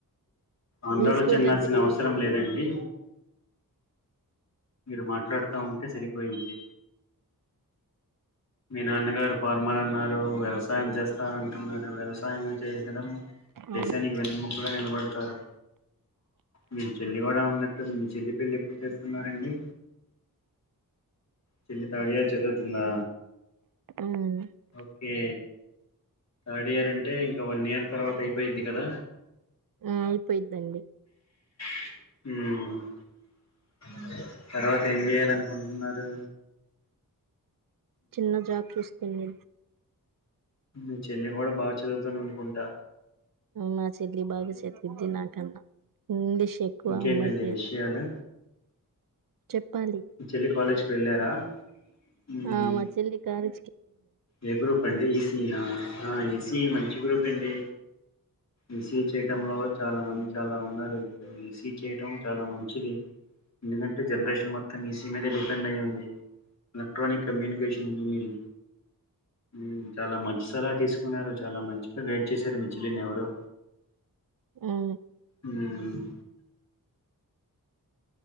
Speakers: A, on the left; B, on the right.
A: ఆందోళ
B: మీ స్కూల్
A: చెందాల్సిన
B: లైఫ్ ఎలా
A: అవసరం
B: ఉంది
A: లేదండి మీరు మాట్లాడుతా ఉంటే సరిపోయిద్ది, మీ నాన్నగారు ఫార్మర్ అన్నారు వ్యవసాయం చేస్తా అంటున్నారు వ్యవసాయం మేడం దేశానికి
B: అవును
A: వెన్నముకుగా నిలబడతారు, మీ చెల్లి కూడా ఉన్నట్టుంది చెల్లి పెళ్లి ఎప్పుడు చేస్తున్నారండి చెల్లి థర్డ్ ఇయర్ చదువుతుందా
B: ఆ
A: ఓకే థర్డ్ ఇయర్ అంటే ఇంకా వన్ ఇయర్ తర్వాత అయిపోయిద్ది కదా
B: హ అయిపోయి అండి
A: మ్ తర్వాత ఏం చేయాలి అనుకుంటున్నారు
B: చిన్న జాబ్ చేస్తుంది
A: మీ చెల్లె కూడా బాగా చదువుతోను అనుకుంటా
B: నాచెల్లె బాగా చదువుద్ది నాకన్నా ఇంగ్లీష్ ఎక్కువ
A: ఇంకేంటండి
B: అమ్మాయికి
A: విషయాలు
B: చెప్పాలి
A: మీ చెల్లె కాలేజ్ కి వెళ్ళారా మ్మ్.
B: ఆ మ చెల్లి కలే
A: ఏ గ్రూప్ అండి ఈసీనా ఈసీ మంచి గ్రూప్ అండి, ఈసీఈ చేయటంలో చాలా మంది చాలా ఉన్నారు ఇప్పుడు ఈసీఈ చేయటం చాలా మంచిది, ఎందుకంటే జనరేషన్ మొత్తం ఈసీ మీదే డిపెండ్ అయ్య ఉంది, ఎలక్ట్రానిక్ కమ్యూనికేషన్ ఇంజనీరింగ్ ఉ చాలా మంచి సలహా తీసుకున్నారు చాలా మంచిగా గైడ్ చేశారు మీ చెల్లిని ఎవరు
B: అవును
A: ఉ